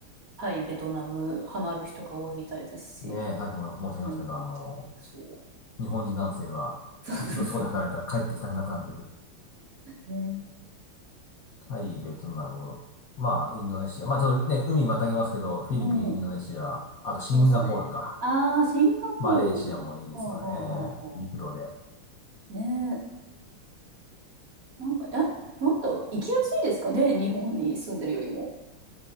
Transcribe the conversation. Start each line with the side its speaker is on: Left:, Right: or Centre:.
Right: タイ、ベトナム、ハマる人が多いみたいだし、
Left: あねえ、さっきも申し上げましたけど、
Right: うん、
Left: あの、
Right: そう。
Left: 日本人男性は一度そこで働いたら帰ってきたくなくなるという。
Right: <laughs> そうそうそう。ね、
Left: タイ、ベトナム、まあ、インドネシア。まあ、ちょっとね、海またぎますけど、フィリピン、
Right: うん、
Left: インドネシア、あとシンガポールか。
Right: そうですね。ああ、シンガポール。
Left: マレーシアもいいですよね。
Right: ほうほうほうほ
Left: 陸路で。
Right: う。ねえ、なんか、え、なんだろう、行きやすいんですかね、日本に住んでるよりも。